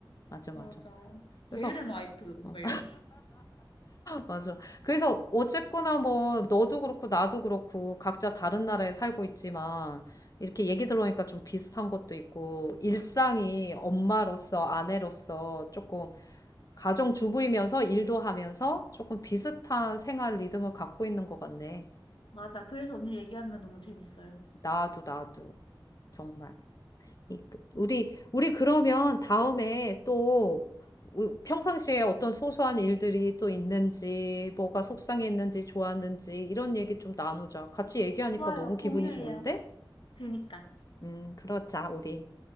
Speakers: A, on the left; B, on the left.
A: 맞아,
B: 맞아.
A: 맞아. 그래서
B: 게으른 와이프,
A: 어,
B: 막 이런.
A: 맞아. 그래서 어쨌거나 뭐 너도 그렇고 나도 그렇고 각자 다른 나라에 살고 있지만 이렇게 얘기 들어보니까 좀 비슷한 것도 있고 일상이 엄마로서 아내로서 조금 가정주부이면서 일도 하면서 조금 비슷한 생활 리듬을 갖고 있는 것 같네.
B: 맞아. 그래서 언니를 얘기하면 너무 재밌어요.
A: 나도 나도 정말. 이- 그, 우리, 우리 그러면 다음에 또 우- 평상시에 어떤 소소한 일들이 또 있는지, 뭐가 속상했는지, 좋았는지, 이런 얘기 좀 나누자. 같이 얘기하니까
B: 좋아요.
A: 너무 기분이
B: 공유해요.
A: 좋은데?
B: 그니까.
A: 음, 그러자, 우리.